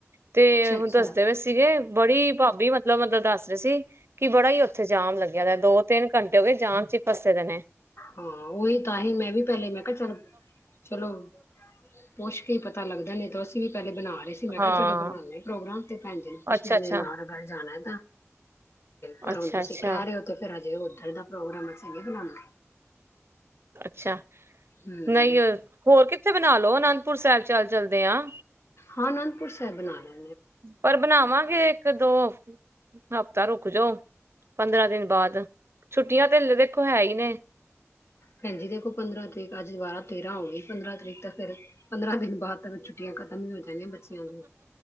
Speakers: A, on the right; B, on the left.
A: ਤੇ
B: ਅੱਛਾ-ਅੱਛਾ
A: ਹੁਣ ਦੱਸਦੇ ਪਏ ਸੀਗੇ ਬੜੀ ਭਾਬੀ ਮਤਲਬ ਮਤਲਬ ਦੱਸ ਸੀ ਕਿ ਬੜਾ ਹੀ ਉੱਥੇ ਜਾਮ ਲੱਗਾ। ਜਿਆਦਾ ਦੋ ਤਿੰਨ ਘੰਟੇ ਹੋ ਗਏ ਜਾਮ ਚ ਹੀ। ਫਸੇ ਦੇ ਨੇ।
B: ਹਾਂ ਉਹੀ ਤਾਂਹੀ ਮੈਂ ਵੀ ਪਹਿਲੇ ਮੈਂ ਕਿਹਾ ਚਲ- ਚਲੋ, ਪੁੱਸ਼ ਕੇ ਹੀ ਪਤਾ ਲੱਗਦਾ ਨਹੀਂ। ਤਾਂ ਅਸੀਂ ਵੀ ਪਹਿਲੇ ਬਣਾ ਰਹੇ ਸੀ। ਮੈਂ
A: ਹਾਂ
B: ਕਿਹਾ ਚਲੋ ਬਣਾਉਂਦੇ ਪ੍ਰੋਗਰਾਮ ਤੇ ਭੈਣ ਨੂੰ ਪੁੱਛ
A: ਅੱਛਾ
B: ਲੈਂਦੇ
A: ਅੱਛਾ
B: ਨਾਲ ਅਗਰ ਜਾਣਾ ਤਾਂ, ਪਰ
A: ਅੱਛਾ
B: ਹੁਣ ਤੁਸੀਂ
A: ਅੱਛਾ
B: ਕਹਿ ਰਹੇ ਹੋ ਤੇ ਫਿਰ ਅਜੇ, ਇਹਦਾ ਪ੍ਰੋਗਰਾਮ ਅਸੀਂ ਨਹੀਂ ਬਣਾਨਾ
A: ਅੱਛਾ!
B: ਹਮ
A: ਨਹੀਂ ਹੋਰ ਕਿੱਥੇ ਬਣਾ ਲਓ ਉਹਨਾਂ ਨਾਲ ਪੁਰ ਸਾਹਿਬ ਚੱਲ ਚਲਦੇ ਆਂ,
B: ਹਾਂ ਅਨੰਦਪੁਰ ਸਾਹਿਬ ਬਣਾ ਲੋ।
A: ਪਰ ਬਣਾਵਾਂਗੇ ਇੱਕ-ਦੋ ਹਫ਼ਤਾ ਰੁਕ ਜਾਓ। ਪੰਦਰਾਂ ਦਿਨ ਬਾਅਦ ਛੁੱਟੀਆਂ ਤੇ ਦੇਖੋ ਹੈ ਹੀ ਨੇ।
B: ਭੈਣ ਜੀ ਦੇਖੋ ਪੰਦਰਾਂ ਤਰੀਕ ਅੱਜ ਦੁਬਾਰਾ ਤੇਰਾਂ ਆ ਗਈ। ਪੰਦਰਾਂ ਤਰੀਕ ਤਾਂ ਫ਼ਿਰ ਪੰਦਰਾਂ ਦਿਨ ਬਾਅਦ ਤਾਂ ਛ- ਛੁੱਟੀਆਂ ਖਤਮ ਵੀ ਹੋ ਜਾਣੀਆਂ ਬੱਚਿਆਂ ਦੀਆ